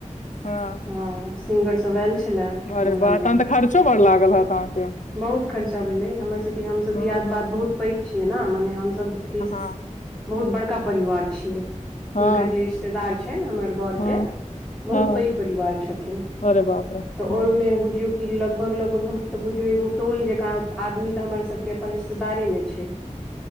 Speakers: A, on the left; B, in the centre.
A: हाँ,
B: हँ, सिंगर सभ आयल छलए
A: अरे
B: मूड़नमे।
A: वाह तहन तऽ खर्चो बड़ लागल हेत अहाँके।
B: बहुत खर्चा भेलै हमर सभके, हमसभ
A: हुँ,
B: दियात
A: हुँ,
B: बात बहुत पैक छियै ने, मने हमसभ जे छ से।
A: ह
B: बहुत बड़का परिवार छियै हिनकर,
A: हाँ,
B: जे रिश्तेदार छनि हमर बरके।
A: हाँ,
B: बहुत
A: हाँ,
B: पैघ परिवार छथिन
A: अरे बाप रे!
B: तऽ
A: हुँ।
B: ओहिमे बुझियौ कि लगभग लगभग हम। बुझू एगो टोल जकाँ आदमी तऽ हमर सभके अपन रिश्तेदारमे छै।